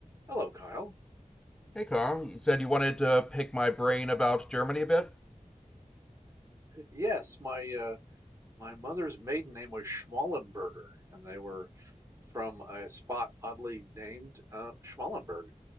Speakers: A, on the right; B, in the centre.
A: Hello, Kyle.
B: Hey, Carl. You said you wanted to pick my brain about Germany a bit?
A: Yes, my uh, my mother's maiden name was Schmallenberger, and they were from a spot oddly named uh, Schmallenberg,